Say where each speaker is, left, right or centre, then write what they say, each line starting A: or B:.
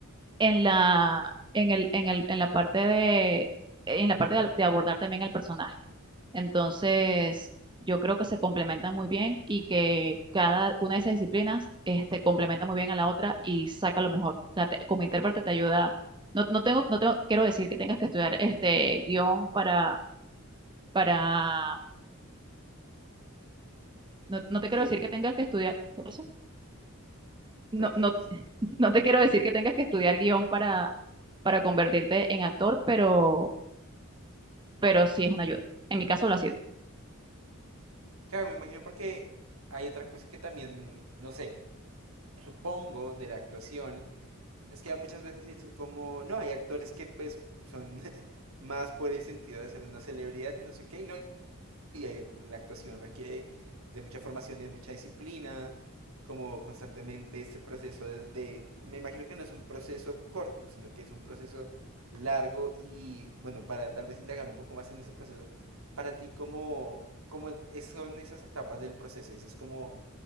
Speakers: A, on the right (about 20°); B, on the right (about 75°).
A: en la, en el, en el, en la parte de, en la parte de, de abordar también el personaje. Entonces, yo creo que se complementan muy bien y que cada una de esas disciplinas, este, complementa muy bien a la otra y saca lo mejor. O sea, te- como intérprete te ayuda. No, no tengo, no tengo, quiero decir que tengas que estudiar este guión para, para, no, no te quiero
B: Eh,
A: decir que tengas que estudiar, ¿qué pasó? No,
B: tranquilo.
A: no,
B: sí.
A: <laughs> no te quiero decir que tengas que estudiar guión para, para convertirte en actor, pero pero sí es una ayuda. En mi caso lo ha sido.
B: Claro, me imagino porque hay otra cosa que también, no sé, supongo de la actuación, es que muchas veces dices como, no, hay actores que pues son <laughs> más por el sentido de ser una celebridad y no sé qué, y no, y la actuación requiere de mucha formación y de mucha disciplina, como constantemente este proceso de, de- me imagino que no es un proceso corto, sino que es un proceso largo y bueno, para tal vez indagar un poco más en ese proceso, para ti, ¿cómo, cómo es- son esas etapas del proceso? Dices como